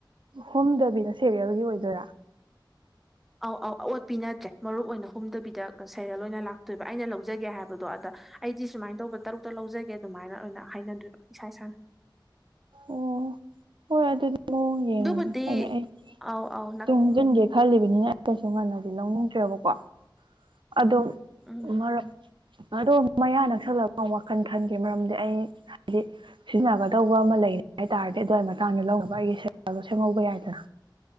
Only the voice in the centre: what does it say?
ꯑꯧ ꯑꯧ ꯑꯋꯣꯠꯄꯤ ꯅꯠꯇ꯭ꯔꯦ ꯃꯔꯨꯞ ꯑꯣꯏꯅ ꯍꯨꯝꯗꯕꯤꯗ ꯁꯦꯔꯤꯌꯦꯜ ꯑꯣꯏꯅ ꯂꯥꯛꯇꯣꯏꯕ ꯑꯩꯅ ꯂꯧꯖꯒꯦ ꯍꯥꯏꯕꯗꯣ ꯑꯗ ꯑꯩꯗꯤ ꯁꯨꯃꯥꯏ ꯇꯧꯕ ꯇꯔꯨꯛꯇ ꯂꯧꯖꯒꯦ ꯑꯗꯨꯃꯥꯏꯅ ꯑꯣꯏꯅ ꯍꯥꯏꯅꯗꯣꯏꯕ ꯏꯁꯥ ꯏꯁꯥꯅ
ꯑꯗꯨꯕꯨꯗꯤ
ꯑꯧ ꯑꯧ ꯅꯛ
ꯎꯝ